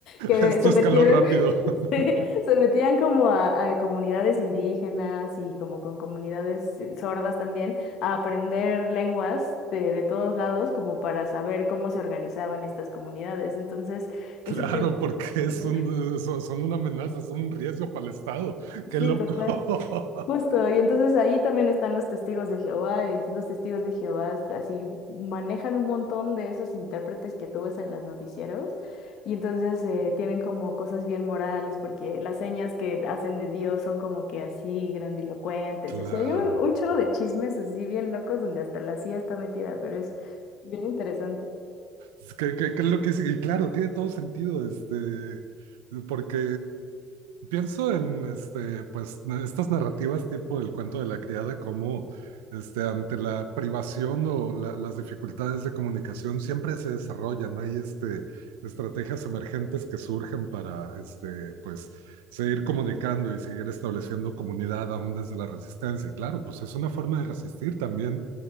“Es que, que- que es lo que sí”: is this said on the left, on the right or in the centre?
Right